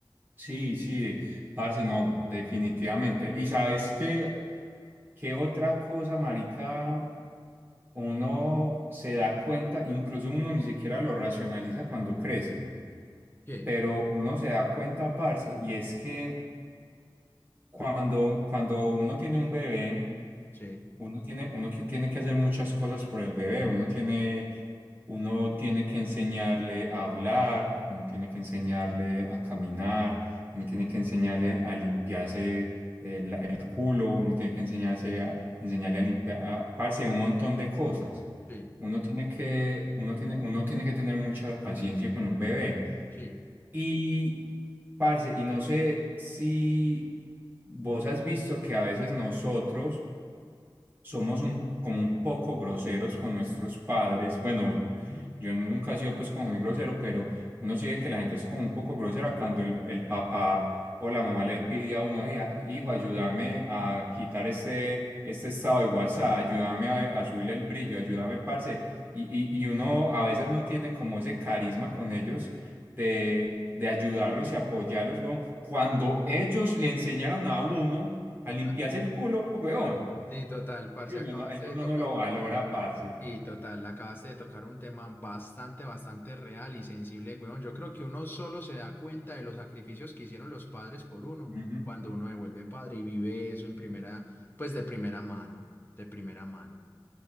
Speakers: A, on the right; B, on the left.
A: Sí, sí, parce, no, definitivamente. ¿Y sabes qué, qué otra cosa, marica? uno se da cuenta, incluso uno ni siquiera lo racionaliza cuando crece,
B: ¿Qué?
A: pero uno se da cuenta, parce, y es que cuando, cuando uno tiene un bebé,
B: Sí,
A: uno tiene, uno que tiene que hacer muchas cosas por el bebé, uno tiene, uno tiene que enseñarle a hablar, uno tiene que enseñarle a caminar, uno tiene que enseñarle a limpiarse el, el culo, uno tiene que enseñarse a, enseñarle a limpiar, a, parce, un montón de cosas.
B: sí,
A: Uno tiene que, uno tiene, uno tiene que tener mucha paciencia con un bebé.
B: sí.
A: Y, parce, y no sé si vos has visto que a veces nosotros somos un, como un poco groseros con nuestros padres. Bueno,
B: Ujú.
A: yo nunca he sido pues como muy grosero, pero uno sí ve que la gente es como un poco grosera cuando el, el papá o la mamá le pide a uno, "Hey, a- hijo, ayúdame a quitar este, este estado de WhatsApp, ayúdame a,
B: Sí,
A: a subirle el brillo, ayúdame, parce. Y, y, y uno a veces no tiene como ese carisma con ellos de, de ayudarlos y apoyarlos, weón. Cuando ellos le enseñaron a uno
B: total.
A: a limpiarse el culo, weón.
B: Sí, total, parce,
A: Y uno
B: acabaste
A: no- eso
B: de
A: uno
B: tocar.
A: no lo valora, parce.
B: Sí, total, acabaste de tocar un tema bastante, bastante real y sensible, weón. Yo creo que uno solo se da cuenta de los sacrificios que hicieron los padres por uno
A: Ujú.
B: cuando uno devuelve padre y vive eso en primera, pues de primera mano, de primera mano.